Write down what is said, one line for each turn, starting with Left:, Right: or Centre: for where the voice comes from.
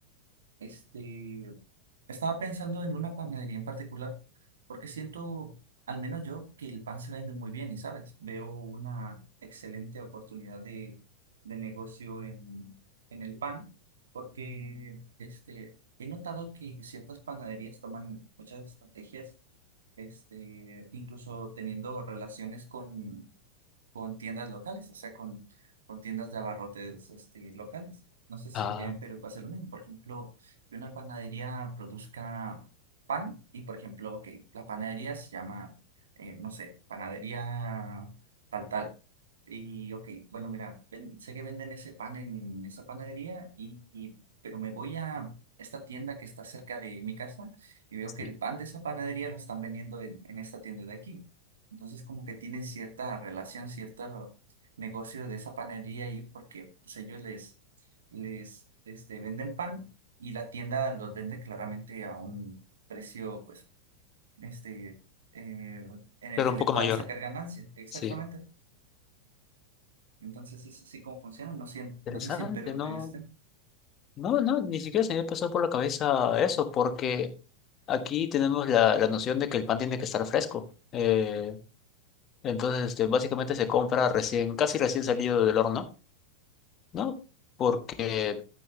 Right: este, estaba pensando en una panadería en particular, porque siento, al menos yo, que el pan se vende muy bien y, ¿sabes? Veo una excelente oportunidad de, de negocio en, en el pan, porque este, he notado que ciertas panaderías toman muchas estrategias este, incluso teniendo relaciones con, con tiendas locales, o sea, con, con tiendas de abarrotes este, locales. No sé si
Left: Ah,
Right: allá en Perú pasa lo mismo. Por ejemplo, que una panadería produzca pan y, por ejemplo, que la panadería se llama, eh, no sé, panadería tal tal. Y, ok, bueno, mira, ven- sé que venden ese pan en esa panadería, y, y- pero me voy a esta tienda que está cerca de mi casa y veo
Left: sí.
Right: que el pan de esa panadería lo están vendiendo en, en esta tienda de aquí. Entonces como que tienen cierta relación, cierto negocio de esa panería ahí porque pues, ellos les, les este, venden pan y la tienda los vende claramente a un precio pues este eh, en el
Left: Claro,
Right: que
Left: un
Right: le
Left: poco
Right: puedan
Left: mayor.
Right: sacar ganancia. Exactamente.
Left: Sí.
Right: Entonces es así como funciona. No sé,
Left: Interesante,
Right: no sé si en Perú
Left: no,
Right: de este.
Left: no, no, ni siquiera se me había pasado por la cabeza eso, porque aquí tenemos la, la noción de que el pan tiene que estar fresco. Eh, entonces, este, básicamente se compra recién, casi recién salido del horno, ¿no? Porque